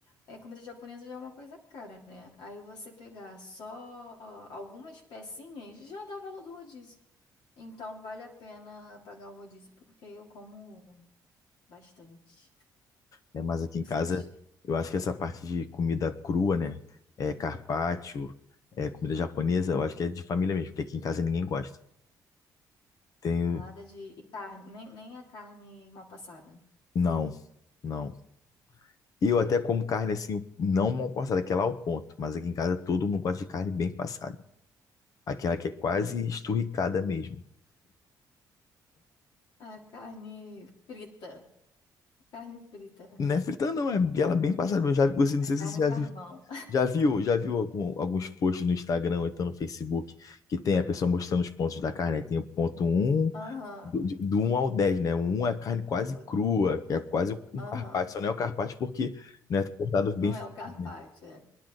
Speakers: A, on the left; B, on the left.
A: é, comida japonesa já é uma coisa cara, né? Aí você pegar só algumas pecinhas já dá valor do rodízio. Então vale a pena pagar o rodízio, porque eu como bastante,
B: né? Mas aqui
A: fico
B: em casa,
A: satisfeita.
B: eu acho que essa parte de comida crua, né? É carpaccio, é comida japonesa, eu acho que é de família mesmo, porque aqui em casa ninguém gosta. Tenho.
A: Nada de... E carne, nem, nem a carne mal passada.
B: Não, não. Eu até como carne assim, não mal passada, aquela ao ponto, mas aqui em casa todo mundo gosta de carne bem passada. Aquela que é quase
A: Uhum.
B: esturricada mesmo.
A: A carne frita, carne frita,
B: Não é frita, não, é ela bem passada. Eu já, você, não sei
A: carne
B: se você já
A: carvão.
B: viu, Já viu, já viu algum- alguns posts no Instagram ou então no Facebook que tem a pessoa mostrando os pontos da carne? Aí Tem o ponto um
A: <laughs> Aham,
B: do, de- do 1 ao 10, né? O 1 é carne quase
A: o-
B: crua, que é quase um
A: aham.
B: carpaccio, só não é o carpaccio porque né, é cortado bem
A: Não
B: fininho.
A: é o Carpaccio,
B: né?
A: é.